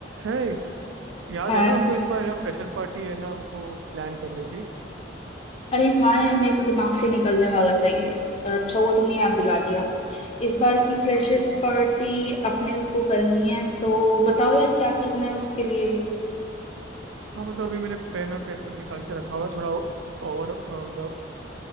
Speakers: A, on the right; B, on the left.
A: है याद
B: हाय
A: है ना हमको इस बार है ना फ्रेशर पार्टी है ना हमको प्लान करनी थी
B: अरे हाँ यार मेरे तो दिमाग से निकलने वाला था ये अच्छा हुआ तुमने याद दिला दिया इस बार की फ्रेशर्स
A: हाँ तो
B: पार्टी अपने को करनी है तो बताओ यार क्या करना है उसके लिए
A: हाँ मतलब अभी मैंने पेन और पेपर निकाल के रखा हुआ है थोड़ा ओवर मतलब